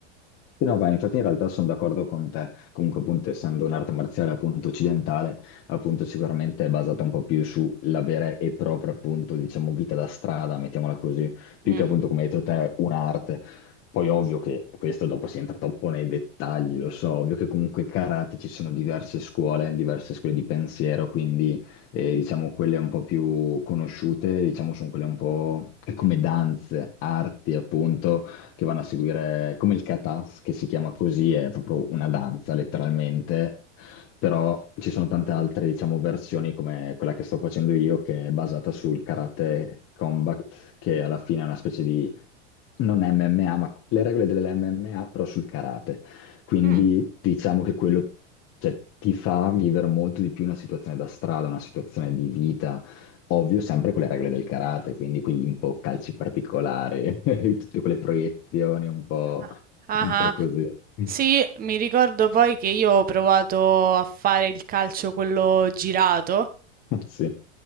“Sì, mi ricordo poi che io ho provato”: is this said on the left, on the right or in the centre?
Right